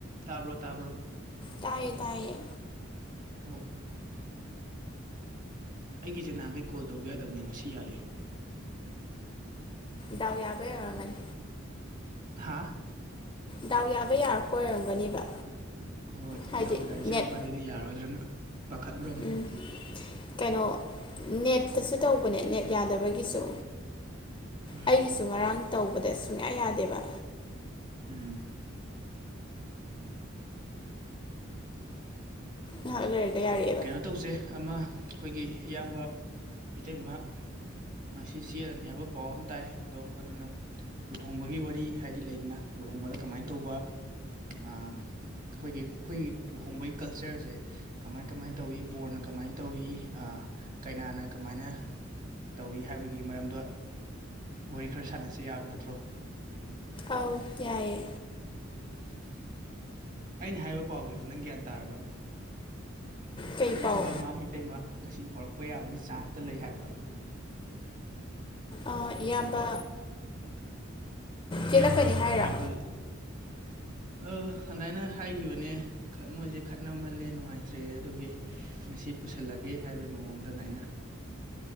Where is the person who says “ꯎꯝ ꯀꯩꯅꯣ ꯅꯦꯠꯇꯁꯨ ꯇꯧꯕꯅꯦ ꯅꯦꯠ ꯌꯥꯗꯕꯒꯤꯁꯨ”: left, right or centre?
Left